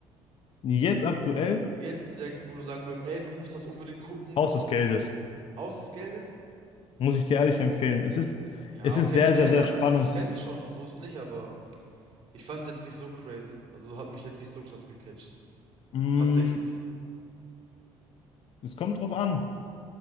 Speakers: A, on the left; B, on the right.
A: Jetzt aktuell
B: Jetzt direkt, wo du sagen würdest, ey, du musst das unbedingt gucken,
A: Haus
B: das
A: des Geldes.
B: Haus des Geldes?
A: Muss ich dir ehrlich empfehlen. Es ist,
B: Ja,
A: es
B: okay,
A: ist sehr,
B: ich kenne
A: sehr, sehr
B: das,
A: spannungs.
B: ich, ich kenn's schon, also ist nicht, aber ich fand's jetzt nicht so crazy. Also hat mich jetzt nicht so krass gecatcht.
A: Mm,
B: Tatsächlich.
A: es kommt drauf an.